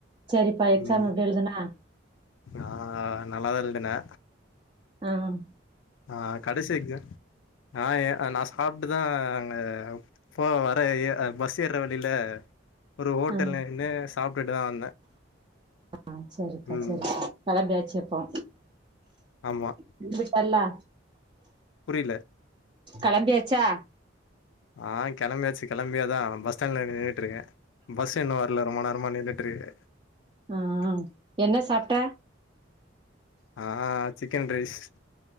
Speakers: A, on the right (about 25°); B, on the left (about 70°).
A: சரிப்பா எக்ஸாம்
B: ம்
A: எப்டி எழுதுனா
B: நா நல்லாதான் எழ்துனே
A: ஆஹ்
B: ஆஹ் கடைசிஎங்க ஆஹ் நான் சாப்பிட்டுதான் அங்க போ வர பஸ் ஏற வழியில ஒரு ஹோட்டல்லநின்னு
A: ஆ
B: சாப்பிட்டுட்டுதான் வந்தே
A: ஆஹ் சரிக்கா
B: ம்
A: சரிக்கா கிளம்பியாச்சு அப்போ
B: ஆமா
A: விழுந்துட்டாளா
B: புரியல
A: கிளம்பியாச்சா
B: ஆஹ் கிளம்பியாச்சு கிளம்பியாதான் பஸ் ஸ்டாண்ட்ல நின்றுட்டுக்கன் பஸ் இன்னும் வரல ரொம்ப நேரமா நின்னு ட்ருகே
A: ஆஹ் என்ன சாப்பிட்ட
B: ஆஹ் சிக்கன் ரைஸ்